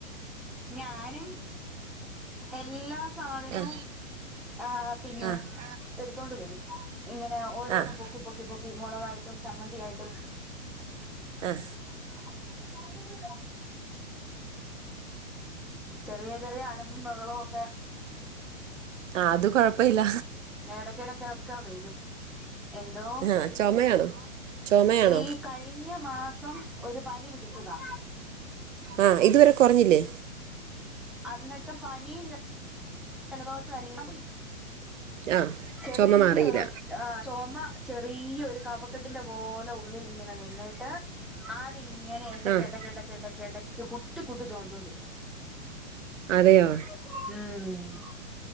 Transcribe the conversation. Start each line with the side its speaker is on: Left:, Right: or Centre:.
Centre: ഞാനും എല്ലാ സാധനവും
Right: ആഹ്
Centre: ഏഹ് പിന്നെ
Right: ആഹ്
Centre: എടുത്തോണ്ട് വരും ഇങ്ങനെ ഓരോന്ന്
Right: ആഹ്
Centre: പൊ ക്കി പൊക്കി പൊക്കി മുളകായിട്ടും ചമ്മന്തിയായിട്ടും
Right: ആഹ്.
Centre: <inaudible> <unintelligible> ചെറിയ ചെറിയ ആലമ്പും ബഹളോം ഒക്കെ
Right: ആഹ് അത് കൊഴപ്പം ഇല്ല.
Centre: ഇടക്കിടക്കൊക്കെ വരും. എന്തോ
Right: ആഹ് ചൊമയാണോ ചൊമയാണോ
Centre: ഈ കഴിഞ്ഞ മാസം ഒരു പനി പിടിച്ചതാ.
Right: ആഹ് ഇതുവരെ കുറഞ്ഞില്ലേ?
Centre: അന്നിട്ട് പനീം ജലദോഷം എല്ലാം പോയി
Right: ആഹ്
Centre: ചെറിയൊരൊ
Right: ചൊമ മാറിയില്ല
Centre: ആഹ് ചുമ ചെറിയൊരു കഫക്കെട്ടിന്റെ പോലെ ഉള്ളിലിങ്ങനെ നിന്നിട്ട് അതിങ്ങനെ ഇടക്കെടക്കെടക്കെടക്കെടക്ക്
Right: ആഹ്
Centre: കുത്തി കുത്തി ചുമച്ചോണ്ടിരിക്കും.
Right: അതെയോ?
Centre: ഉം.